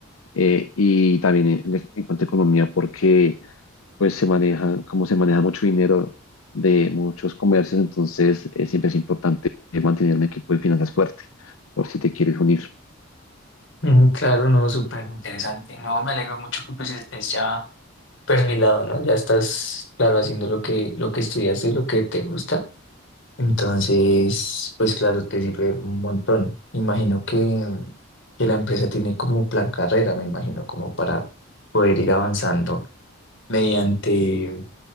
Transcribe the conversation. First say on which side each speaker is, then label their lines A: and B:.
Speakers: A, on the left; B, on the left.
A: eh, y también en, en cuanto a economía porque pues se maneja, como se maneja mucho dinero de muchos comercios, entonces eh, siempre es importante eh, mantener un equipo de finanzas fuerte por si te quieres unir.
B: ujú, claro, no, súper interesante. No, me alegro mucho que pues estés ya perfilado, ¿no? Ya estás, claro, haciendo lo que, lo que estudiaste, lo que te gusta. Entonces, pues claro, te sirve un montón. Imagino que, que la empresa tiene como plan carrera, me imagino, como para poder ir avanzando mediante,